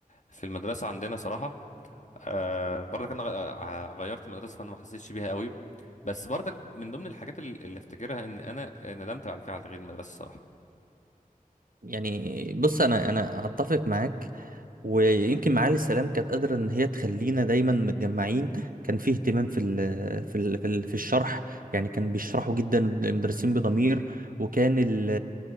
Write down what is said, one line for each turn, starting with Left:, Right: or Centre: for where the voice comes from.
Left: في المدرسه عندنا صراحه آه برضك انا غ- آه، غيرت مدرسه فانا ما حسيتش بيها قوي بس برضك من ضمن الحاجات اللي اللي افتكرها ان انا ندمت بعد كده على تغيير المدرسه الصراحه
Right: يعني بص انا انا هتفق معاك ويمكن معالي السلام كانت قادره ان هي تخلينا دايما متجمعين كان فيه اهتمام في ال في ال في, ال في الشرح يعني كان بيشرحوا جدا المدرسين بضمير وكان ال-